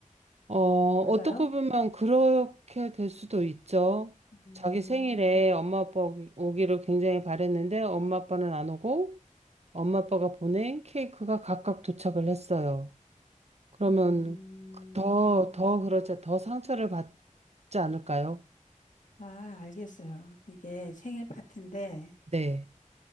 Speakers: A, on the right; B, on the left.
A: 어, 어떻게
B: 맞아요?
A: 보면 그렇게 될 수도 있죠.
B: 음,
A: 자기 생일에 엄마 아빠 오기- 오기를 굉장히 바랬는데 엄마 아빠는 안 오고 엄마 아빠가 보낸 케이크가 각각 도착을 했어요. 그러면
B: 음.
A: 더, 더 그러자 더 상처를 받지 않을까요?
B: 아, 알겠어요. 이게 생일 파티인데,
A: 네.